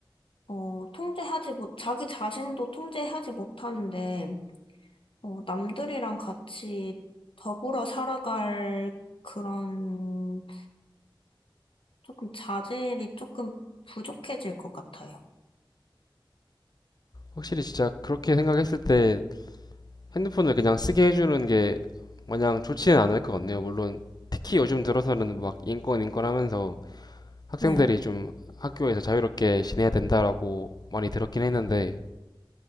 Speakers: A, on the left; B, on the left.
A: 어, 통제하지 못, 자기 자신도 통제하지 못하는데, 어, 남들이랑 같이 더불어 살아갈 그런 조금 자질이 조금 부족해질 것 같아요.
B: 확실히 진짜 그렇게 생각했을 때 핸드폰을 그냥 쓰게 해주는 게 마냥 좋지는 않을 것 같네요. 물론 특히 요즘 들어서는 막 인권 인권 하면서 학생들이
A: 네.
B: 좀 학교에서 자유롭게 지내야 된다라고 많이 들었긴 했는데